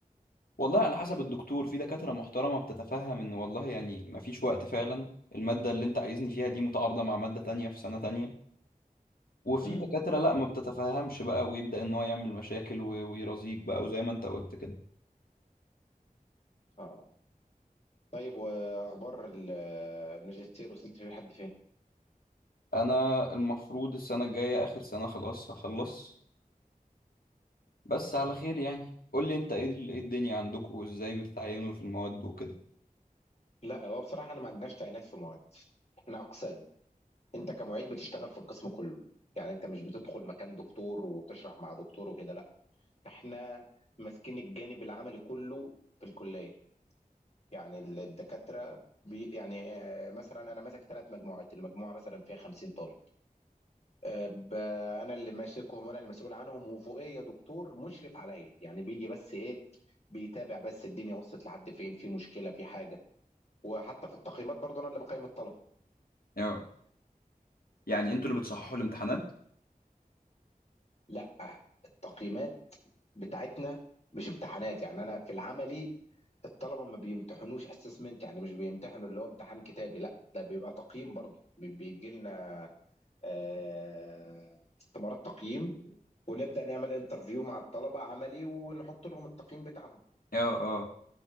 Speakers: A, on the left; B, on the left.
A: والله على حسب الدكتور في دكاترة محترمة بتتفهم ان والله يعني ما فيش وقت فعلا المادة اللي انت عايزني فيها دي متعارضة مع مادة تانية في سنة تانية وفي
B: امم
A: دكاترة لا ما بتتفهمش بقى ويبدأ ان هو يعمل مشاكل و- ويرازيك بقى وزي ما انت قلت كده
B: اه طيب واخبار ال- الماجستير وصلت فيه لحد فين؟
A: انا المفروض السنه الجايه اخر سنه خلاص هخلص بس على خير يعني قول لي انت ايه ال- إيه الدنيا عندكم وازاي بتتعينوا في المواد وكده
B: لا هو بصراحه احنا ما عندناش تعيينات في معيد احنا اقسام انت كمعيد بتشتغل في القسم كله يعني انت مش بتدخل مكان دكتور وتشرح مع دكتور وكده لا احنا ماسكين الجانب العملي كله في الكليه يعني الدكاتره بي يعني آه، مثلا انا ماسك ثلاث مجموعات المجموعه مثلا فيها 50 طالب آه، ب- انا اللي ماسكهم وانا اللي مسؤول عنهم وفوقيه دكتور مشرف عليا يعني بيجي بس ايه بيتابع بس الدنيا وصلت لحد فين في مشكله في حاجه وحتى في التقييمات برضه انا اللي بقيم الطلبه
A: اه يعني انتوا اللي بتصححوا الامتحانات
B: لا التقييمات بتاعتنا مش امتحانات يعني انا في العملي الطلبه ما بيمتحنوش اسسمنت يعني مش بيمتحنوا اللي هو امتحان كتابي لا ده بيبقى تقييم برضه بي- بيجي لنا آه، استمارات تقييم ونبدأ نعمل انترفيو مع الطلبة عملي ونحط لهم التقييم بتاعهم
A: اه اه